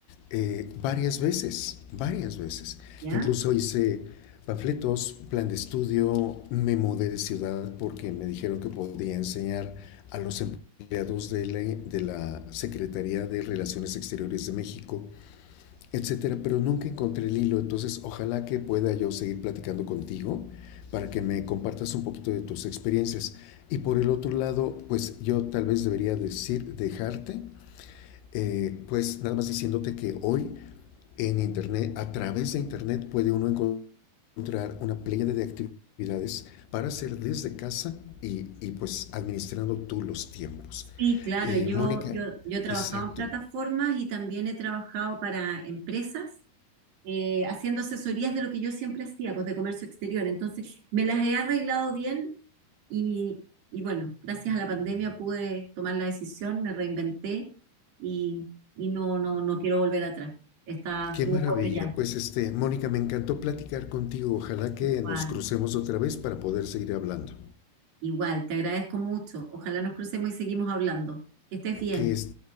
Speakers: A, on the left; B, on the right.
A: eh, varias veces, varias veces.
B: ¿ya?
A: Incluso hice panfletos, plan de estudio, me mudé de ciudad porque me dijeron que podía enseñar a los empleados de la, de la Secretaría de Relaciones Exteriores de México etcétera, pero nunca encontré el hilo. Entonces, ojalá que pueda yo seguir platicando contigo para que me compartas un poquito de tus experiencias. Y por el otro lado, pues yo tal vez debería decir, dejarte, eh, pues nada más diciéndote que hoy en Internet, a través de Internet, puede uno encontrar una playa de actividades para hacer desde casa y, y pues administrando tú los tiempos.
B: Sí, claro,
A: Eh,
B: yo,
A: Mónica,
B: yo, yo he trabajado
A: exacto.
B: en plataformas y también he trabajado para empresas. eh, haciendo asesorías de lo que yo siempre hacía, pues de comercio exterior. Entonces, me las he arreglado bien Y, y bueno, gracias a la pandemia pude tomar la decisión, me reinventé y, y no, no, no quiero volver atrás. Está, estuvo
A: Qué maravilla.
B: bueno ya.
A: Pues este, Mónica, me encantó platicar contigo. Ojalá que
B: Igual,
A: nos crucemos otra vez para poder seguir hablando.
B: igual, te agradezco mucho. Ojalá nos crucemos y seguimos hablando. Que estés bien.
A: Que es